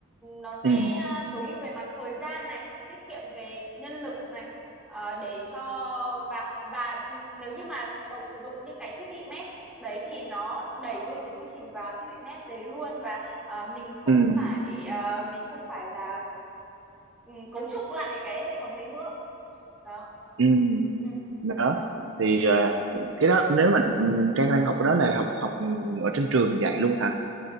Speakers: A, in the centre; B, on the right.
A: nó sẽ
B: ừ
A: à, tối ưu về mặt thời gian này tiết kiệm về nhân lực này ờ, để cho và và nếu như mà cậu sử dụng những cái thiết bị mesh đấy thì nó đẩy luôn cái quy trình vào thiết bị mesh đấy luôn và à, mình không
B: ừ
A: phải à, mình không phải là ừ, cấu trúc lại cái hệ thống đấy nữa đó
B: ừ
A: ừ,
B: đó
A: đó
B: thì ờ, cái đó nếu mà ừ, Trang đang học cái đó là học học ở trên trường dạy luôn hả